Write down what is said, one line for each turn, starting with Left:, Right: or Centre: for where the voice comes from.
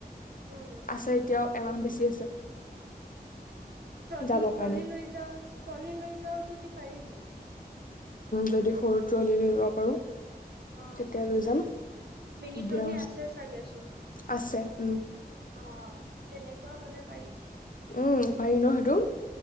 Right: উম
Left: আছে এতিয়াও এমাহ বেছি আছে।
Right: ট্ৰলি
Left: যাবৰ কাৰণে
Right: ট্ৰলি লৈ যাও ট্ৰলি লৈ যাও যদি পাৰিবি।
Left: যদি সৰু ট্ৰলী নিব পাৰোঁ।
Right: অ
Left: তেতিয়া লৈ যাম
Right: মিনি
Left: তেতিয়া
Right: ট্ৰলি আছে চাগেচোন
Left: আছে উম।
Right: অ', তেনেকুৱা হলে পাৰি।
Left: উম পাৰি ন সেইটো?